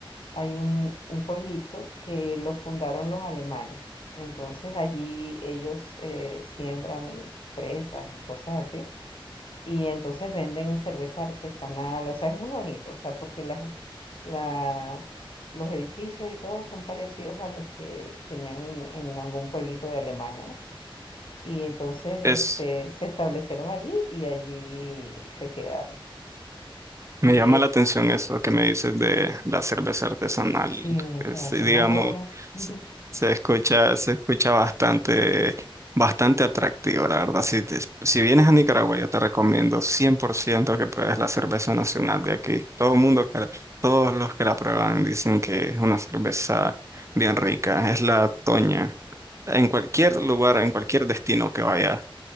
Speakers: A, on the left; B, on the right.
A: hay un, un pueblito que lo fundaron los alemanes, entonces allí ellos eh, siembran fresas y cosas así. Y entonces venden cerveza artesanal, o sea, es muy bonito, o sea, porque las, la, los edificios y todo son parecidos a los que tenían en, en algún pueblito de Alemania, ¿no? Y entonces
B: Es,
A: este, se establecieron allí y allí se quedaron. Y
B: Me llama
A: eh,
B: la atención eso que me dices de la cerveza artesanal.
A: sí, un muchacho
B: Eh, Sí, digamos,
A: más bueno. <laughs>
B: se, se escucha, se escucha bastante, bastante atractivo, la verdad. Si, te- si vienes a Nicaragua, yo te recomiendo 100% que pruebes la cerveza nacional de aquí. Todo el mundo, que la- todos los que la prueban dicen que es una cerveza bien rica. Es la Toña. En cualquier lugar, en cualquier destino que vayas,